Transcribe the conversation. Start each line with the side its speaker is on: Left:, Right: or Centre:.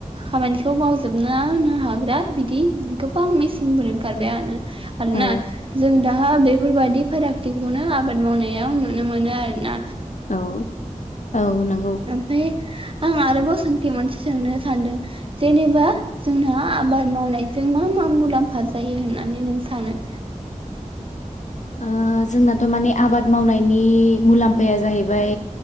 Right: खामानिखौ मावजोबना होनो हाग्रा बिदि गोबां मेचिनफोर ओंखारबाय आनो आरोना
Left: औ
Right: जों दा हा बेफोरबायादि फारागथिखौनो आ आबाद मावनायाव नुनो मोनो आरो ना?
Left: औ औ नों
Right: ओमफाय आं आरोबाव सोंथि मोनसे सोंनो सानदों जेनेबा जोंहा आबाद मावनायजों मा मा मुलाम्फा जायो होननानै नों सानो?
Left: ओ जोंनाथ माने आबाद मावनायनि मुलाम्फाया जाहैबाय